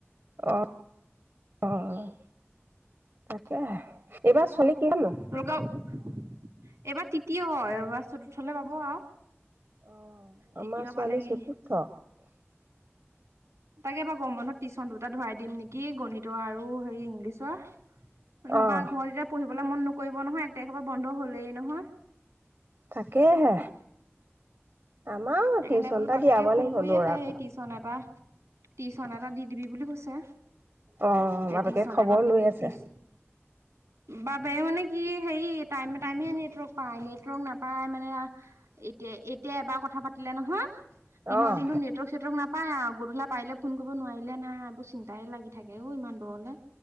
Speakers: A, on the right (about 55°); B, on the right (about 90°).
A: অ', অ', তাকে এইবাৰ চল কি হনো
B: তোমালোকৰ এইবাৰ তৃতীয় হয় এইবাৰ চতুৰ্থলে পাব আৰু
A: অ',
B: তৃতীয়
A: আমাৰ ছোৱালী
B: পালেগেই।
A: চতুৰ্থ।
B: তাকে এবাৰ গম বন্ধত টিচন দুটা ধৰাই দিম নেকি গণিত আৰু হেৰি ইংলিছৰ নহবা
A: অ',
B: ঘৰত এতিয়া পঢ়িবলৈ মন নকৰিব নহয় এক তাৰিখেৰ পৰা বন্ধ হলেই নহয়
A: তাকেহে আমাৰো
B: সেইকাৰণে
A: টিউচন
B: বোলো
A: এটা
B: বাপেকে
A: দিয়াব
B: ফোন
A: লাগিব
B: কৰি
A: ল'ৰাকো।
B: আছে সেই টিউচন এটা টিশন এটা দি দিবি বুলি কৈছে
A: অ',
B: সেইটিশ
A: বাপেকে খবৰ
B: ন পাবছ
A: লৈ আছে
B: বাপ মানে কি হেৰি টাইম টাইমে নেটৱৰ্ক পায় নেটৱৰ্ক নাপায় মানে এতিয়া এতিয়া এবাৰ কথা পাতিলে নহয় দিনৰ
A: অ',
B: দিনতো নেটৱৰ্ক চেটৱৰ্ক নাপ পাই আৰু গধূলা পাৰিলে ফোন কৰিব নোৱাৰিলে নাই এইবোৰ চিন্তাই লাগি থাকে হ' ইমান দূৰলৈ